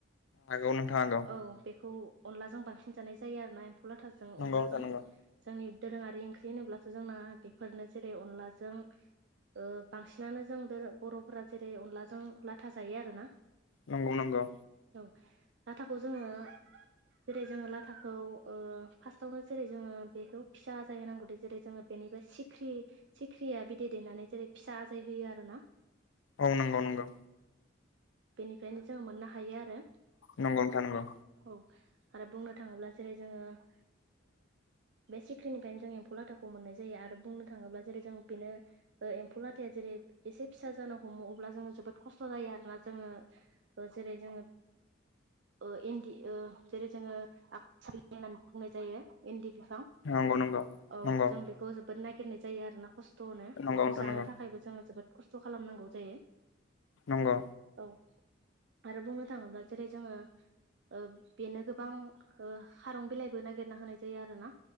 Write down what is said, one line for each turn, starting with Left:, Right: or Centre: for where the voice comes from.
Left: हागौ नोंथां हागौ
Right: औ बेखौ अनलाजों बांसिन जानाय जायो आरोना एम फौ लाथाजों
Left: नंगौ
Right: अनलाजों
Left: नोंथां नंगौ
Right: जोंनि दोरोङारि ओंख्रि होनोब्ला जोंना बेफोरनो जेरै अनलाजों ओ बांसिनानो जों दोरो बर'फोरा जेरै अनलाजों लाथा जायो आरोना
Left: नंगौ नंगौ
Right: औ जाथा खौ जोङो जेरै जोङो लाथाखौ ओ फार्स्टावनो जेरै जोङो बेखौ फिसा जाहै होनांगौ दे जेरै जोङो बेनिफ्राय सिख्रि सिख्रिया बिदै दैेनानै जेरै फिसा आजाय होयो आरो ना
Left: औ नंगौ नंगौ
Right: बेनिफ्रायनो जोंङो मोननो हायो आरो
Left: नंगौ नोंथां नंगौ
Right: औ आरो बुंनो बे सिख्रिनिफ्रानो जों एम्फौ लाथाखौ मोननाय जायो आरो बुंनो थाङोब्ला जेरै जों बिनो ओ एम्फौ लाथाया जेरै एसे फिसा जानो हमो जों जोबो खस्थ' जायो आरो ना जोङो ओ जेरै जोङो ओ इन्दि ओ जेरै जोङो आ होननानै बुंनाय जायो इन्दि बिफां
Left: नांगौ नांगौ
Right: औ
Left: नंगौ
Right: जों बेखौ जोबोद नागिरनाय जायो आरो ना खस्थ'नो
Left: नंगौ
Right: बेखौ
Left: नोंथां
Right: जानो
Left: नंगौ
Right: थाखायबो जोङो जोबोद खस्थ' खालामनांगौ जायो
Left: नंगौ
Right: औ आरो बुंनो थाङोब्ला जेरै जोङो ओ बेनो गोबां ओ खारं बिलाइबो नागिरना होनाय जायो आरो ना